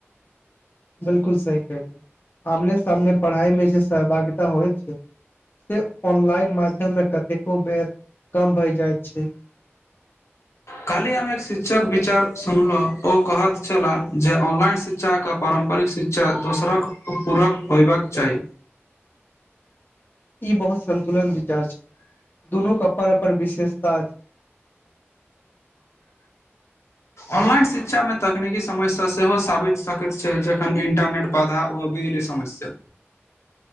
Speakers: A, on the left; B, on the left.
A: बिल्कुल सही कहलियौ आमने सामने पढ़ाइ मे जे सहभागिता होइत छै से ऑनलाइन माध्यम मे कतेको बेर कम भय जाइत छै <inaudible>
B: काल्हि हम एक शिक्षक विचार सुनलौं ओ कहत छलाह जे ऑनलाइन शिक्षा के पारम्परिक शिक्षा दोसरक पूरक होयबाक चाही
A: ई बहुत संन्तुलन विचार छै दुनूक अपन अपन विशेषता <inaudible>
B: ऑनलाइन शिक्षा मे तकनीकी समस्या सेहो साबित सकैत छै जखन इंटरनेट बाधा व बिजली समस्या